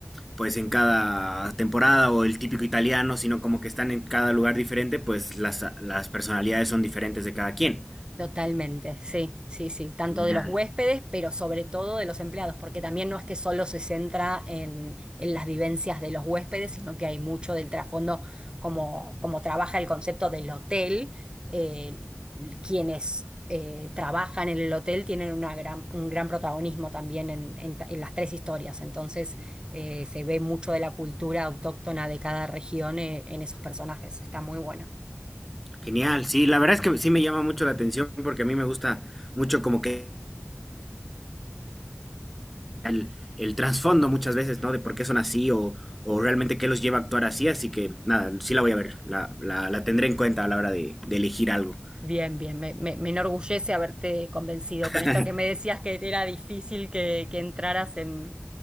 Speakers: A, in the centre; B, on the right (about 20°).
A: pues en cada temporada o el típico italiano, sino como que están en cada lugar diferente, pues las, las personalidades son diferentes de cada quien.
B: Totalmente, sí, sí, sí, tanto
A: Genial.
B: de los huéspedes, pero sobre todo de los empleados, porque también no es que solo se centra en, en las vivencias de los huéspedes, sino que hay mucho del trasfondo, como, como trabaja el concepto del hotel, eh, quienes eh, trabajan en el hotel tienen una gran, un gran protagonismo también en, en ta- en las tres historias, entonces eh, se ve mucho de la cultura autóctona de cada región eh, en esos personajes, está muy bueno.
A: Genial, sí, la verdad es que sí me llama mucho la atención porque a mí me gusta mucho como que el, el trasfondo muchas veces, ¿no? De por qué son así o, o realmente qué los lleva a actuar así. Así que nada, sí la voy a ver, la, la, la tendré en cuenta a la hora de, de elegir algo.
B: Bien, bien, me, me, me enorgullece haberte convencido
A: <laughs>
B: con esto que me decías que era difícil que, que entraras en,